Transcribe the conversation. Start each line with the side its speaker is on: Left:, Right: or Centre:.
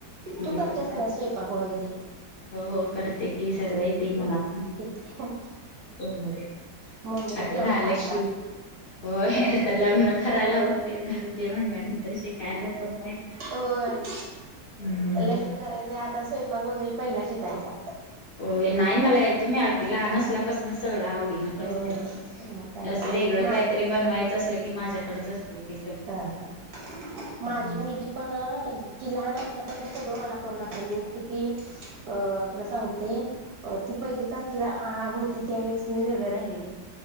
Left: मी
Right: तु करतेस
Left: पण कर
Right: का स्वयंपाक वगैरे
Left: हो हो करते हे सगळ येतेय मला पण
Right: येते
Left: हो हो
Right: मम्मीला
Left: आता
Right: तेवढाच
Left: झाल
Right: हातभार
Left: कि होय तर लग्न करायला उठले घरचे म्हणल्यानंतर शिकायला पण-
Right: होय
Left: हम्म
Right: लग्न करायचंय आता स्वयंपाक वगैरे पहिला शिकायचा.
Left: होय नाय मला येतो मी अगदी लहान असल्यापासनं सगळं आवडीनं नं
Right: होय
Left: करते
Right: मग काय
Left: असं
Right: नाही
Left: वेगळं
Right: माझ
Left: कायतरी बनवायचं असलं की माझ्याकडेच असते. ते सगळं
Right: हा हा हा माझी
Left: हम्म
Right: मुलगी पण ती लहान असल्यापासून सगळं मला करू लागते मी कितीही अ तुला सांगते अं ती पहिलीत असला अं होती त्यावेेळेस मी वेगळे राहिलेले